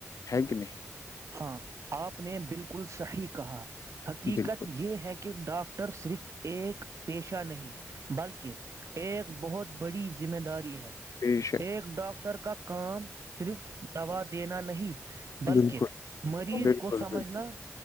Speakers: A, on the left; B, on the right.
A: ہے کہ نہیں
B: ہاں آپ نے بالکل صحیح کہا حقیقت
A: بالکل
B: یہ ہے کہ ڈاکٹر صرف ایک پیشہ نہیں بلکہ ایک بہت بڑی ذمہ داری ہے
A: بے شک
B: ایک ڈاکاکٹر کا کام صرف دوا دینا نہیں بلکہ
A: بالکل
B: مریض
A: بالکل
B: کو سمجھنا
A: بالکل